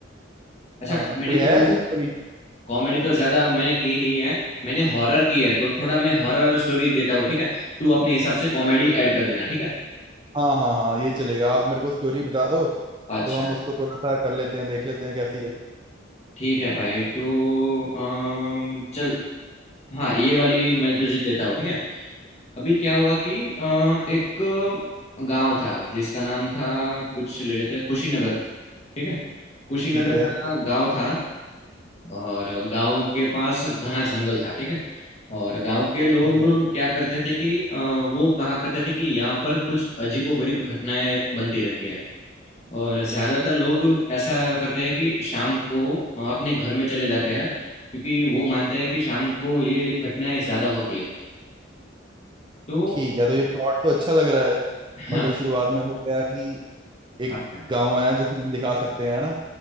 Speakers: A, on the left (about 35°); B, on the right (about 25°).
A: अच्छा
B: हाँ
A: कॉमेडी
B: कोई है
A: तो
B: ऐसी स्टोरी
A: कॉमेडी तो ज्यादा मैंने की नहीं है मैंने हॉरर की है तो थोड़ा मैं हॉरर स्टोरी देता हूँ ठीक है तू अपने हिसाब से कॉमेडी ऐड कर देना ठीक है
B: हाँ हाँ हाँ ये चलेगा आप मेरे को स्टोरी बता दो
A: अच्छा
B: तो हम उसको थोड़ा सा कर लेते हैं देख लेते हैं कैसी है
A: ठीक है भाई तो अम, चल हाँ ये वाली मैं तुझे देता हूँ ठीक है अभी क्या हुआ कि अ, एक गांव था जिसका नाम था कुछ ले लेते हैं कुशीनगर ठीक है कुशीनगर
B: ठीक है
A: का गांव था और गांव के पास घना जंगल था ठीक है और गांव के लोग
B: ठीक है
A: क्या करते थे कि अ, वो कहा करते थे कि यहाँ पर कुछ अजीबोगरीब घटनाएं बनती रहती है और ज्यादातर लोग ऐसा करते हैं कि शाम को अ, अपने घर में चले जाते हैं क्योंकि वो मानते हैं कि शाम को ये घटनाएं ज्यादा होती है तो
B: ठीक है तो ये प्लॉट तो अच्छा लग रहा है
A: हाँ
B: मतलब शुरुआत में हो गया कि एक
A: हाँ, हाँ,
B: गांव है जिसमें हम दिखा सकते हैं ना